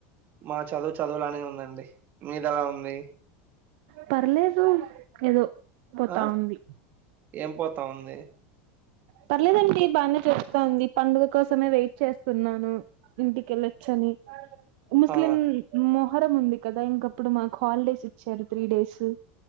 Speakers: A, on the right; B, on the right.
A: మా చదువు చదువులానే ఉందండి మీదేలా ఉంది
B: పర్లేదు ఏదో పోతా
A: ఆ
B: ఉంది
A: ఏం పోతా ఉంది
B: పర్లేదండి బానే చెస్తాంది పండుగ కోసమే వెయిట్ చేస్తున్నాను ఇంటికెళ్ళొచ్చా అని ముస్లిం
A: ఆ
B: మొహరం ఉంది కదా ఇంకప్పుడు మాకు హాలిడేస్ ఇచ్చారు త్రీ డేసు